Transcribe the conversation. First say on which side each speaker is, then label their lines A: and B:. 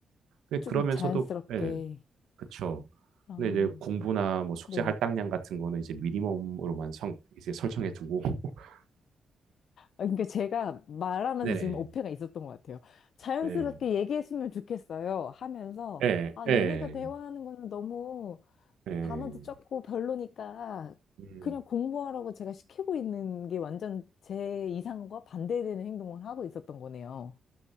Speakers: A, on the right; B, on the left.
A: 예,
B: 조금
A: 그러면서도,
B: 자연스럽게,
A: 예. 그쵸.
B: 아.
A: 근데 이제 공부나 뭐 숙제
B: 네.
A: 할당량 같은 거는 이제 미니멈으로만 성, 이제 설정해 두고. <laughs>
B: 아, 그러니까 제가 말하면서
A: 네네.
B: 지금 오해가 있었던 것 같아요. 자연스럽게
A: 네.
B: 얘기했으면 좋겠어요. 하면서,
A: 예,
B: 아,
A: 예,
B: 얘네가 대화하는 거는 너무
A: 예.
B: 단어도 적고 별로니까
A: 음.
B: 그냥 공부하라고 제가 시키고 있는 게 완전 제 이상과 반대되는 행동을 하고 있었던 거네요.